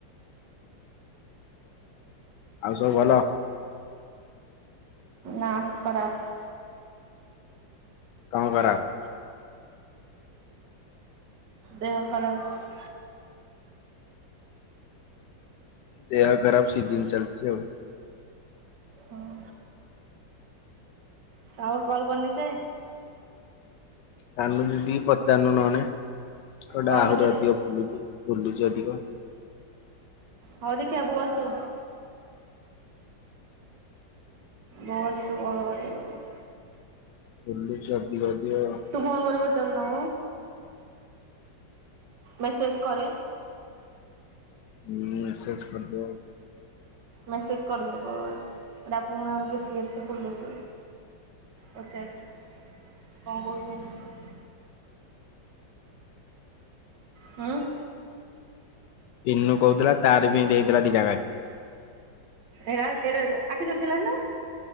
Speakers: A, on the left (about 75°); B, on the right (about 65°).
A: ଆଉ ସବୁ ଭଲ।
B: ନା ଖରାପ।
A: କଣ ଖରାପ?
B: ଦେହ ଖରାପ।
A: ଦେହ ଖରାପ ସିଜିନ ଚାଲଛି ଆଉ।
B: ହଁ ଆଉ କଲ୍ କରିନି ସେ।
A: ସାନୁ ଦିଦି ପଚାରୁଲୁନେ <unintelligible>
B: କଣ
A: ଆହୁରି
B: ପଚାରିବେ
A: ଅଧିକ ଫୁଲଛିି। ଫୁଲୁଛି ଅଧିକ।
B: ହଉ ଦେଖିବା ବୁ ଆସୁ। ବଉ ଆସୁ କଣ କରିବା ଆଉ।
A: ଫୁଲୁଛି ଅଧିକ ଅଧିକ।
B: ତୁ ଫୋନ କରି ପଚାରୁନୁ। ମେସେଜ୍ କରେ।
A: ଁ ମେସେଜ କରି ଦେଉ।
B: ମେସେଜ୍ କରିଦେ କଲ୍ ଏଇଟା ପୁଣି ବେଶୀ ବେଶୀ ଫୁଲିଛି। ପଚାରି ଦେ କଣ କହୁଛନ୍ତି ସେ। ହୁଁ।
A: ଇନୁ କହୁଥିଲା ତାର ବି ଦେଇଦେଲା। <unintelligible>
B: ଏଟ ଏଟା ଆଖି ଚରିଥିଲା ନା।